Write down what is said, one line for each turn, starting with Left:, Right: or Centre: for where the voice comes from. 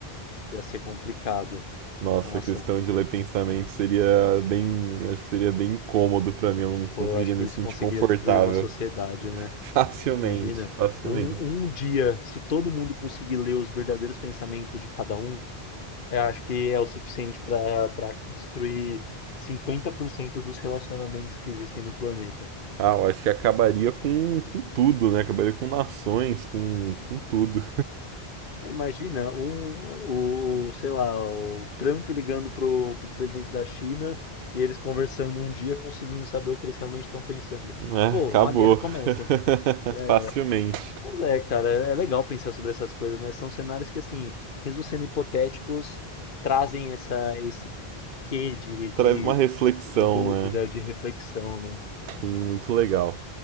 Left: ia ser complicado.
Right: <laughs> Nossa,
Left: Nossa,
Right: a questão de ler pensamento seria bem, acho que seria bem incômodo pra mim, eu não conseguiria
Left: pô, eu acho que
Right: me
Left: isso
Right: sentir
Left: conseguiria
Right: confortável
Left: destruir uma sociedade, né?
Right: <laughs> facilmente,
Left: Imagina,
Right: facilmente.
Left: um, um dia, se todo mundo conseguir ler os verdadeiros pensamentos de cada um, eu acho que é o suficiente para para destruir 50% dos relacionamentos que existem no planeta.
Right: Ah, eu acho que acabaria com, com tudo, né? Acabaria com nações, com, com tudo.
Left: É, Imagina, um, o, o, sei lá, o Trump ligando pro, pro presidente da China e eles conversando um dia, conseguindo saber o que eles realmente estão pensando.
Right: É,
Left: Pô,
Right: acabou.
Left: uma guerra começa.
Right: <laughs>
Left: Já era.
Right: Facilmente.
Left: Mas é, cara, é é legal pensar sobre essas coisas, né? São cenários que, assim, mesmo sendo hipotéticos, trazem essa, esse quê de, de,
Right: Traz uma reflexão,
Left: de dúvida,
Right: né?
Left: de reflexão, né?
Right: Sim, muito legal.